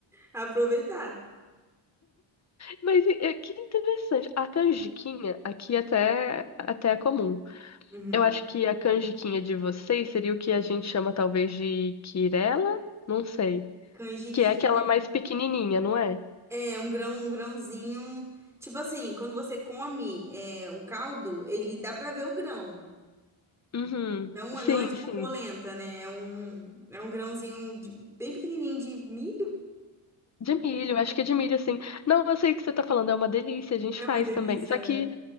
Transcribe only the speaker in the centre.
aproveitar.
Uhum.
Canjiquinha
é um grão, um grãozinho. Tipo assim, quando você come é, o caldo, ele dá pra ver o grão.
Então
é, não é tipo
polenta, né? É um, é um grãozinho de- bem pequenininho de milho.
É
uma delícia,
né?